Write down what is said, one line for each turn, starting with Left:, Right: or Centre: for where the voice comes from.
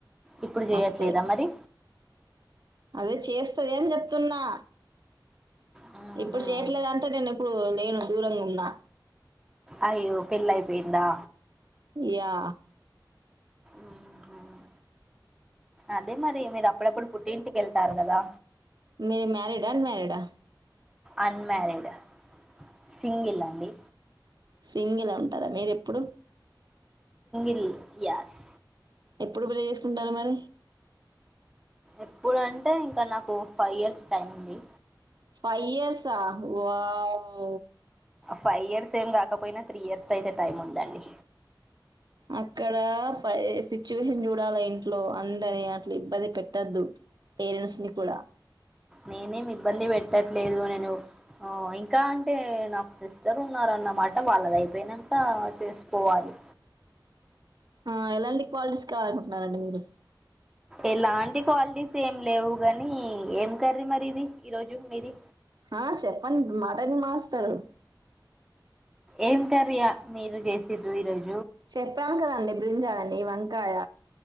Centre: ఇప్పుడు చెయట్లేదా
Right: మస్తు.
Centre: మరి.
Right: అదే చేస్తది అని చెప్తున్నా.
Centre: మ్మ్హ్మ్.
Right: ఇప్పుడు చేయట్లేదు అంటే నేను ఇప్పుడు లేను దూరంగా ఉన్నా.
Centre: అయ్యో పెళ్లేపోయిందా.
Right: యా.
Centre: ఆహ్. అదే మరి మీరు అప్పుడప్పుడు పుట్టింటికేళ్తారు కదా.
Right: మీరు మ్యారీడా అన్ మ్యారీడా
Centre: అన్మ్యారీడ్ సింగిల్ అండి.
Right: సింగిల్గా ఉంటారా మీరు ఎప్పుడు.
Centre: Um yes.
Right: ఎప్పుడు పెళ్లి చేసుకుంటారు మరి.
Centre: ఎప్పుడు అంటే ఇంకా నాకు ఫైవ్ ఇయర్స్ టైం ఉంది.
Right: ఫైవ్ ఇయర్సా వామ్మో.
Centre: ఫైవ్ ఇయర్స్ ఏం కాకపోయినా త్రీ ఇయర్స్ అయితే టైం ఉందండి.
Right: అక్కడ పై సిచ్యువేషన్ చూడాలా ఇంట్లో అందరిని అట్లా ఇబ్బంది పెట్టొద్దు. పేరెంట్స్ ని కూడా.
Centre: నేనేమి ఇబ్బంది పెట్టట్లేదు నేను ఆహ్ ఇంకా అంటే నాకు సిస్టర్ ఉందానమాట. అంటే వాళ్ళదైపోయినాక చేసుకోవాలి.
Right: <inaudible> ఆహ్ ఎలాంటి క్వాలిటీస్ కావాలనుకుంటున్నారండి మీరు.
Centre: ఎలాంటి క్వాలిటీస్ ఏం లేవు గాని ఏం. కర్రీ మరి ఇది ఈరోజు మీది
Right: ఆహ్ చెప్పండి మాట్లాడండి మాస్తారు.
Centre: ఏం కర్రీ మీరు చేసుండ్రు ఈ రోజు.
Right: చెప్పాను కదండి బ్రింజాలని వంకాయ.